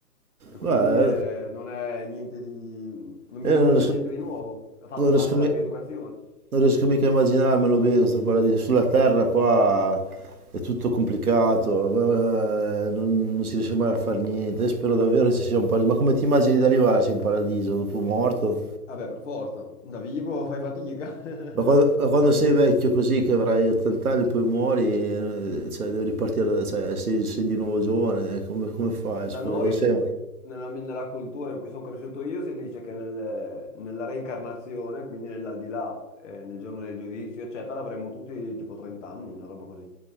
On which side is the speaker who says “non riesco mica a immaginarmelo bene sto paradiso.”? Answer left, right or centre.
Right